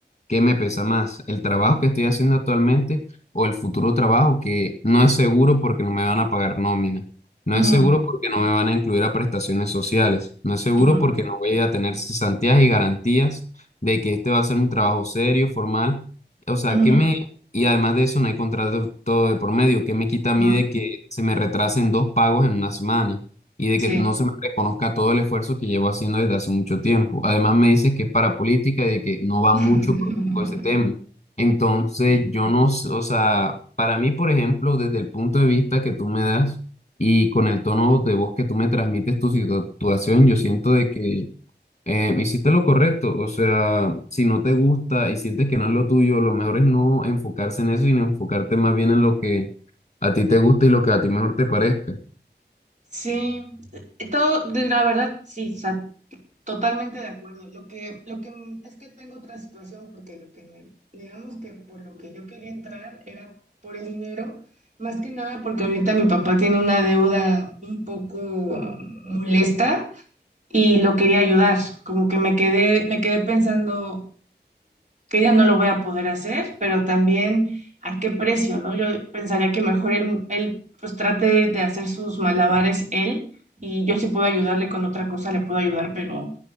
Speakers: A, on the left; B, on the right.
A: ¿Qué me pesa más? ¿El trabajo que estoy haciendo actualmente o el futuro trabajo que no es seguro porque no me van a pagar nómina? No
B: ujú,
A: es seguro porque no me van a incluir a prestaciones sociales. No es seguro
B: ujú,
A: porque no voy a tener cesantías y garantías de que este va a ser un trabajo serio, formal. O sea,
B: ujú,
A: ¿qué me... Y además de eso, no hay contrato todo de por medio. ¿Qué me quita a
B: ujú,
A: mí de que se me retrasen dos pagos en una semana? y de
B: Sí.
A: que no se me reconozca todo el esfuerzo que llevo haciendo desde hace mucho tiempo. Además, me dices que es para política y de que no va mucho
B: <laughs>
A: con con ese tema. Entonces,
B: Sí.
A: yo no, s- o sea, para mí, por ejemplo, desde el punto de vista que tú me das y con el tono de voz que tú me transmites tu situación, yo siento de que eh, hiciste lo correcto. O sea, si no te gusta y sientes que no es lo tuyo, lo mejor es no enfocarse en eso, sino enfocarte más bien en lo que a ti te gusta y lo que a ti mejor te parezca.
B: Sí, eh, todo, la verdad, sí, Totalmente de acuerdo. Lo que, lo que m- es que tengo otra situación porque lo que me, digamos que por lo que yo quería entrar era por el dinero, más que nada porque ahorita mi papá tiene una deuda un poco molesta y lo quería ayudar. Como que me quedé, me quedé pensando que ya no lo voy a poder hacer, pero también a qué precio, ¿no? Yo pensaría que mejor él, él pues trate de hacer sus malabares él y yo sí puedo ayudarle con otra cosa, le puedo ayudar, pero